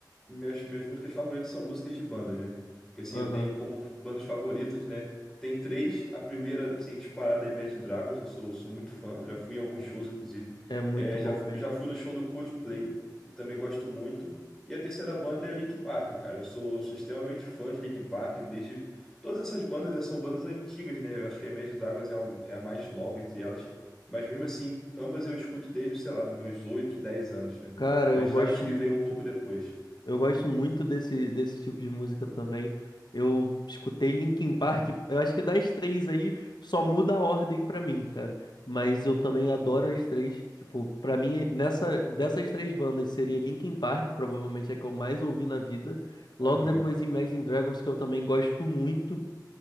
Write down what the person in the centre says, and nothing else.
minhas, minhas músicas favoritas são músicas de bandas, né? Porque assim,
eu tenho como bandas favoritas, né? Tem três. A primeira, assim, disparada é Imagine Dragons. Eu sou, sou muito fã. Já fui em alguns shows, inclusive.
É,
já, fu-
já fui no show do Coldplay e também gosto muito. E a terceira banda é o Linkin Park, cara. Eu sou, sou extremamente fã de Linkin Park desde. Todas essas bandas eh, são bandas antigas, né? Eu acho que a Imagine Dragons é, a- é a mais nova entre elas. Mas mesmo assim, ambas eu escuto desde, sei lá, dos meus 8, 10 anos, né?
Meus
Dragons que
veio um pouco depois.
Aham.